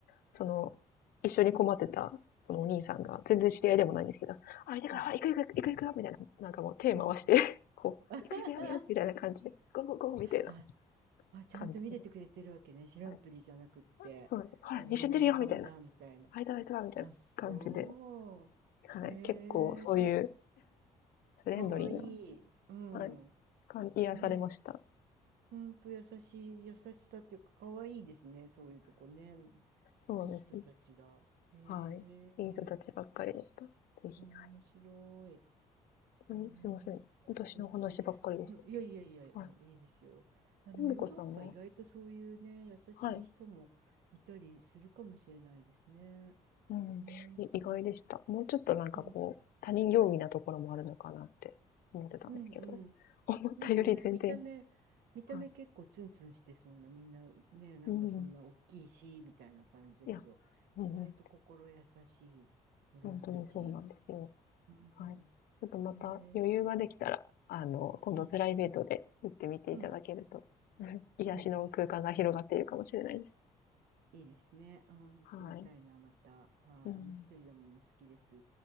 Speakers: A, on the left (about 70°); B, on the right (about 75°).
A: その、一緒に困ってた、そのお兄さんが、全然知り合いでもないんですけど、
B: うん、
A: あ、いたから、
B: うん、
A: あ行く行く行く行くよみたいな、なんかもう手回して、
B: うん。
A: <laughs> こう、
B: <laughs>
A: 行く行くよみたいなみたいな感じで、ゴーゴーゴーみたいな
B: ああ、ちゃんと見ててくれてるわけね。
A: 感じで、
B: 知らんぷりじゃなくって、
A: はい。そうなんですよ。ほら、
B: 自分も仲間だみたいな。
A: 一緒に出るよみたいな。あいたらいたらみたいな感じで、
B: あ、そ
A: はい。
B: う。へえ、
A: 結構そういう
B: なんか
A: フレンドリーな、
B: かわいい。うん。
A: はい。感癒されました。
B: ね、ほんと優しい、優しさっていうか、かわいいですね。そういうとこね。
A: そうなんですよ。
B: いい人たちだ。へえ、
A: はい。いい人たちばっかりでした。ぜひ、
B: 面白い。
A: はい。
B: へ
A: ちなみにすいません。
B: え、それは楽しい。
A: 私の話ばっかりでしたけ
B: うん、いやいやいや、
A: ど。はい。
B: うんいいですよ。あ、
A: ともこさんは
B: でもヨーロッパ意外とそういうね、優しい人もいたりするかもしれないですね。
A: はい。うん。
B: うーん、
A: い意外でした。もうちょっとなんかこう、
B: うん、
A: 他人行儀なところもあるのかなって思ってたんですけど、
B: うん、うん。
A: 思ったより全然、
B: なんかね、見た目、見た目結構ツンツンしてそうな、
A: はい。
B: みんなね、なんかそんな大きいし、
A: うんうん。
B: みたいな感じだけど、
A: いや、うんうん。
B: 意外と心優しいオランダ人。
A: 本当にそうなんですよ。
B: うん、
A: はい。ちょっとまた余裕ができたら、
B: へえ、
A: あの、今度プライベートで行ってみていただけると、
B: うん、うん、
A: <laughs> 癒しの空間が広がっているかもしれないです。
B: うん。いいですね。うん、行ってみたいな、
A: はい。
B: また。はい、
A: うん、
B: アムステルダムも好きです。